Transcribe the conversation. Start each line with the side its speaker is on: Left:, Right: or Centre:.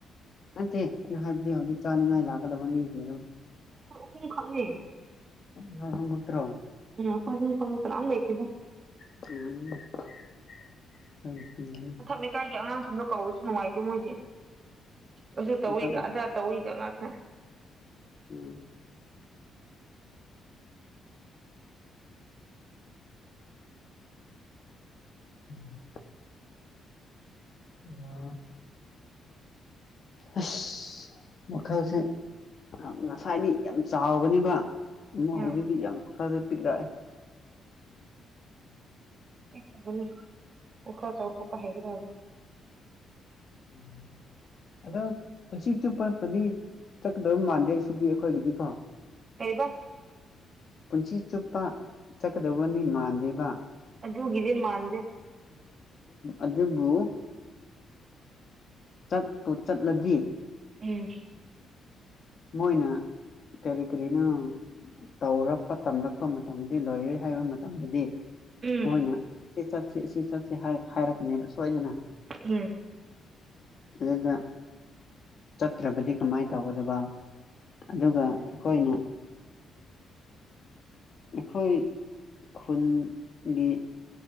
Left: ꯅꯠꯇꯦ ꯑꯩꯅ ꯍꯥꯏꯕꯗꯤ ꯍꯧꯖꯤꯛ ꯆꯥꯅꯤꯡꯉꯥꯏ ꯂꯥꯛꯀꯗꯕ ꯃꯤꯁꯤꯡꯗꯣ
Right: ꯑꯩꯈꯣꯏ ꯑꯍꯨꯝ ꯈꯛꯅꯦ
Left: ꯅꯣꯏ ꯑꯍꯨꯝ ꯈꯛꯇꯔꯣ
Right: ꯎꯝ ꯑꯩꯈꯣꯏ ꯑꯍꯨꯝ ꯈꯛꯅꯦ ꯀꯅꯥꯝ ꯂꯩꯇꯦꯗꯥ
Left: <unintelligible>
Right: ꯃꯊꯛ ꯂꯩꯀꯥꯏꯒꯤ ꯑꯉꯥꯡꯁꯤꯡꯗꯣ ꯀꯧꯔꯁꯨ ꯅꯨꯡꯉꯥꯏꯇꯦ ꯃꯣꯏꯗꯤ ꯑꯗꯨ ꯇꯧꯋꯤꯒ
Left: ꯏꯟꯈꯠꯂ
Right: ꯑꯗꯥ ꯇꯧꯋꯤꯒ ꯉꯇꯦ
Left: ꯎꯝ ꯎꯝ ꯑ ꯑꯁ ꯋꯥꯜꯁꯦ ꯉꯁꯥꯏꯗꯤ ꯌꯥꯝ ꯆꯥꯎꯕꯅꯤꯕ ꯑꯃ
Right: ꯎꯝ
Left: ꯍꯧꯖꯤꯛꯇꯤ ꯌꯥꯝ ꯈꯔꯒ ꯄꯤꯛꯑꯦ
Right: ꯑꯦ ꯑꯗꯨꯅꯤ ꯋꯥꯈꯜ ꯆꯥꯎꯊꯣꯛꯄ ꯍꯩꯒꯗꯕꯅꯦ
Left: <inaudible> ꯑꯗꯣ ꯄꯨꯟꯁꯤ ꯆꯨꯞꯄ ꯇꯗꯤ ꯆꯠꯀꯗꯧ ꯃꯥꯟꯗꯦ ꯁꯤꯗꯤ ꯑꯩꯈꯣꯏꯒꯤꯗꯤꯀꯣ
Right: ꯀꯩꯕ
Left: ꯄꯨꯟꯁꯤ ꯆꯨꯞꯄ ꯆꯠꯀꯗꯧꯕꯅꯤ ꯃꯥꯟꯗꯦꯕ
Right: ꯑꯗꯨꯒꯤꯗꯤ ꯃꯥꯟꯗꯦ
Left: ꯑꯗꯨꯕꯨ ꯆꯠꯄꯨ ꯆꯠꯂꯗꯤ
Right: ꯎꯝ
Left: ꯃꯣꯏꯅ ꯀꯔꯤ ꯀꯔꯤꯅꯣ ꯇꯧꯔꯛꯄ ꯇꯝꯂꯛꯄ ꯃꯇꯝꯗꯗꯤ ꯂꯣꯏꯔꯦ ꯍꯥꯏꯕ ꯃꯇꯝꯗꯗꯤ
Right: ꯎꯝ
Left: ꯃꯣꯏꯅ ꯁꯤ ꯆꯠꯁꯤ ꯁꯤ ꯆꯠꯁꯤ ꯍꯥꯏꯔꯛꯀꯅꯦꯕ ꯁꯣꯏꯗꯅ
Right: ꯎꯝ ꯎꯝ
Left: ꯑꯗꯨꯗ ꯆꯠꯇ꯭ꯔꯕꯗꯤ ꯀꯃꯥꯏꯅ ꯇꯧꯒꯗꯕ ꯑꯗꯨꯒ ꯑꯩꯈꯣꯏꯅ ꯑꯩꯈꯣꯏ ꯈꯨꯟꯒꯤ